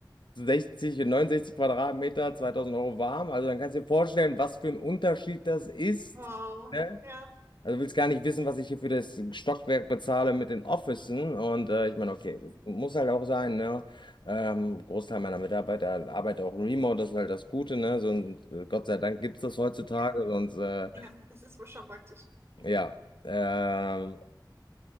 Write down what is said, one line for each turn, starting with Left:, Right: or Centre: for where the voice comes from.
Left: 60 und 69 Quadratmeter, 2000 Euro warm. Also dann kannst du dir vorstellen, was für ein Unterschied das ist.
Right: Wow.
Left: Ne?
Right: Ja.
Left: Also du willst gar nicht wissen, was ich hier für das Stockwerk bezahle mit den Officen. Und äh, ich meine, okay, das
Right: Mhm.
Left: muss halt auch sein. Ne? Ähm, Großteil meiner Mitarbeiter arbeitet auch remote, das ist halt das Gute. Ne? So, ein- Gott sei Dank gibt es das heutzutage,
Right: Ja.
Left: sonst äh,
Right: Ja, das ist wohl schon praktisch.
Left: ja. Ähm,